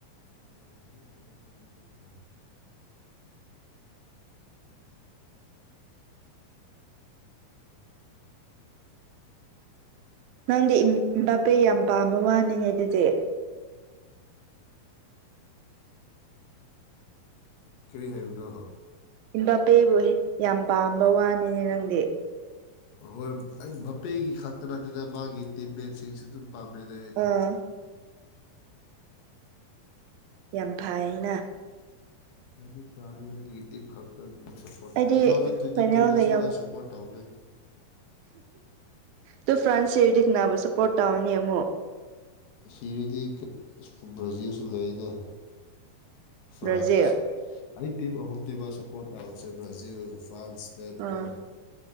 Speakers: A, on the left; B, on the right.
A: <unintelligible> ꯑꯍꯨꯝ ꯃꯔꯤꯗꯤ <unintelligible>
B: ꯅꯪꯗꯤ ꯑꯦꯝ ꯑꯦꯝꯕꯥꯄꯦ ꯌꯥꯝ ꯄꯥꯝꯕ ꯋꯥꯅꯤꯅꯦ ꯑꯗꯨꯗꯤ
A: ꯀꯔꯤ ꯍꯥꯏꯕꯅꯣ
B: ꯑꯦꯝꯕꯥꯄꯦꯕꯨ ꯌꯥꯝ ꯄꯥꯝꯕ ꯋꯥꯅꯤꯅꯦ ꯅꯪꯗꯤ
A: ꯍꯣꯏ ꯑꯦꯝꯕꯥꯄꯦꯒꯤ ꯈꯛꯇ ꯅꯠꯇꯦꯗ ꯃꯥꯒꯤ ꯇꯤꯝ ꯃꯦꯠꯁꯤꯡꯁꯨ ꯑꯗꯨꯝ ꯄꯥꯝꯃꯦꯅꯦ ꯑꯩꯗꯤ
B: ꯑꯥ ꯌꯥꯝ ꯐꯥꯏꯅ
A: ꯍꯥꯏꯗꯤ ꯀꯥꯜꯂꯒ ꯇꯤꯝ ꯈꯛꯇ ꯑꯗꯨꯝ ꯁꯞ
B: ꯑꯩꯗꯤ
A: ꯇꯨꯊꯥꯎꯖꯟ ꯇ꯭ꯋꯦꯟꯇꯤꯇꯨꯗꯁꯨ
B: ꯐꯥꯏꯅꯦꯜꯒ
A: ꯑꯩ ꯁꯞꯄꯣꯔꯠ ꯇꯧꯕꯅꯦ
B: ꯇꯨ ꯐ꯭ꯔꯥꯟꯁ ꯁꯤꯔꯗꯤ ꯀꯅꯥꯕꯨ ꯁꯄꯣꯔꯠ ꯇꯥꯎꯅꯤ ꯑꯃꯨꯛ
A: ꯁꯤꯔꯗꯤ ꯕ꯭ꯔꯥꯖꯤꯜꯁꯨ ꯂꯩꯅ ꯐ꯭ꯔꯥꯟꯁ
B: ꯕ꯭ꯔꯥꯖꯤꯜ
A: ꯑꯩ ꯇꯤꯝ ꯑꯍꯨꯝꯅꯤꯕ ꯁꯞꯄꯣꯔꯠ ꯇꯧꯕꯁꯤ ꯕ꯭ꯔꯥꯖꯤꯜ ꯐ꯭ꯔꯥꯟꯁ ꯏꯁꯄꯦꯟ
B: ꯑꯣ
A: ꯀꯣ